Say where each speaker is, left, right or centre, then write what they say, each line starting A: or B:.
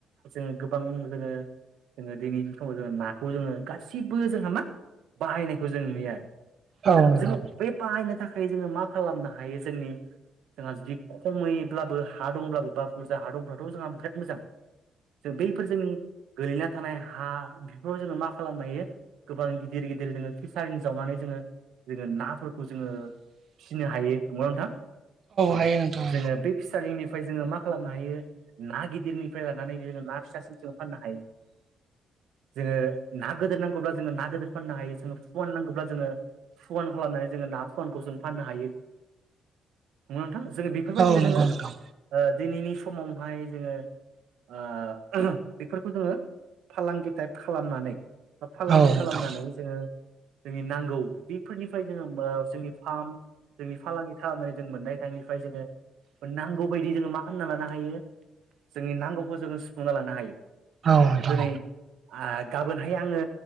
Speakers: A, on the right (about 80°); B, on the right (about 55°).
A: जोङो गोबां जोङो जोङो दिनिनि दिनाव जोङो नाखौ जोङो गासिबो जोंहा मा बाहायनायखौ जों नुयो
B: औ
A: दा
B: नोंथां
A: जोङो बे बाहायनो थाखाय जोङो मा खालामनो हायो जोंनि जोंहा जुदि खमैब्लाबो हा दंब्लाबो बा बुरजा हा दंब्लाथ' जोंहा बिराद मोजां जों बैफोर जोंनि गोलैना थानाय हा बेफोराव जोङो मा खालामनो हायो। गोबां गिदिर गिदिर जोङो फिसारिनि जावनानै जोङो जोङो नाफोरखौ जोङो फिसिनो हायो नंगौना नोंथां औ
B: हायो नोंथां
A: जोङो बे फि खारिनिफाय जोङो मा खालामनो हायो ना गिदिरनिफ्राय लानानै जोङो ना फिसासिम जों फाननो हायो। <inaudible> जोङो ना गिदिर नांगौब्ला जोङो ना गिदिर फाननो हायो जोङो फुवान नांगौब्ला जोङो फुवान खालामनानै जोङो ना फुवानखौ जों फाननो हायो। नङा नोंथां जोङो बेफोरबायदिनो
B: औ नंगौ
A: जोङो
B: नोंथां
A: दिनैनि समावहाय जोङो ओ बेफोरखौ जोङो फालांगि टाइप खालामनानै बा फालांगि
B: औ
A: खालामनानै
B: नोंथां
A: जोङो जोंनि नांगौ बेफोरनिफ्राय जोङो जोंनि फार्म जोंनि फालांगि खालामनानै जों मोननाय थाइनिफ्राय जोङो नांगौ बायदि जोङो मा खालामना लानो हायो जोंनि नांगौखौ जोङो सुफुंना लानो हायो।
B: औ नोंथां
A: दिनै गाबोनहाय आङो